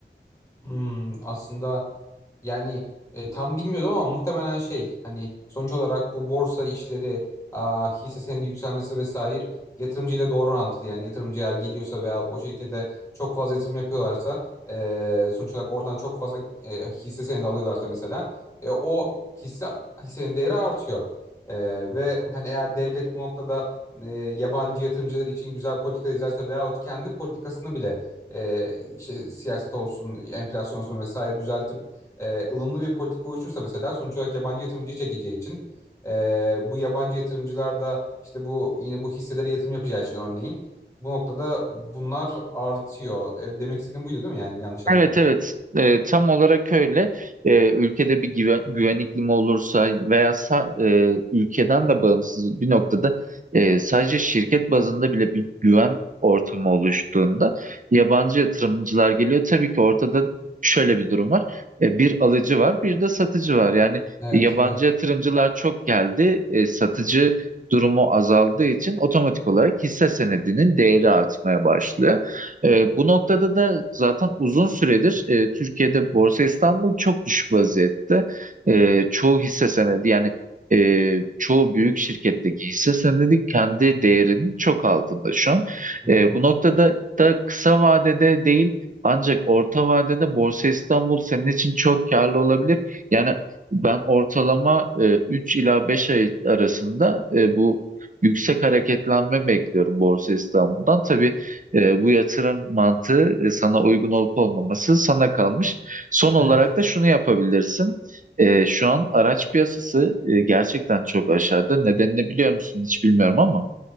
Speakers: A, on the left (about 15°); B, on the right (about 45°).
A: Hmm, aslında yani e, tam bilmiyordum ama muhtemelen şey hani sonuç olarak bu borsa işleri a, hisse senedi yükselmesi vesaire yatırımcıyla doğru orantılı yani yatırımcı eğer geliyorsa veya o şirkete çok fazla yatırım yapıyorlarsa e, sonuç olarak oradan çok fazla e, hisse senedi alıyorlarsa mesela e, o hisse hissenin değeri artıyor. E, ve hani eğer devlet bu noktada e, yabancı yatırımcılar için güzel politika izlerse veyahut kendi politikasını bile e, işte siyaset olsun, enflasyon olsun vesaire düzeltip e, ılımlı bir politika oluşursa mesela sonuç olarak yabancı yatırımcı çekeceği için e, bu yabancı yatırımcılar da işte bu yine bu hisselere yatırım yapacağı için örneğin bu noktada bunlar artıyor. E, demek istediğim buydu değil mi? Yani yanlış anlamadım.
B: Evet evet E, tam olarak öyle E, ülkede bir güven, güven iklimi olursa veya sa- e, ülkeden de bağımsız bir noktada e, sadece şirket bazında bile bir güven ortamı oluştuğunda yabancı yatırımcılar geliyor. Tabii ki ortada şöyle bir durum var E, bir alıcı var bir de satıcı var yani
A: Evet,
B: yabancı
A: evet.
B: yatırımcılar çok geldi E, satıcı durumu azaldığı için otomatik olarak hisse senedinin değeri artmaya başlıyor. E, bu noktada da zaten uzun süredir e, Türkiye'de Borsa İstanbul çok düşük vaziyette. E, çoğu hisse senedi yani e, çoğu büyük şirketteki hisse senedi kendi değerinin çok altında şu an.
A: Hı
B: E,
A: hı.
B: bu noktada da kısa vadede değil ancak orta vadede Borsa İstanbul senin için çok karlı olabilir. Yani ben ortalama e, 3 ila 5 ay arasında e, bu yüksek hareketlenme bekliyorum Borsa İstanbul'dan. Tabii e, bu yatırım mantığı e, sana uygun olup olmaması sana kalmış. Son olarak
A: Evet.
B: da şunu yapabilirsin. E, şu an araç piyasası e, gerçekten çok aşağıda. Nedenini biliyor musun hiç bilmiyorum ama.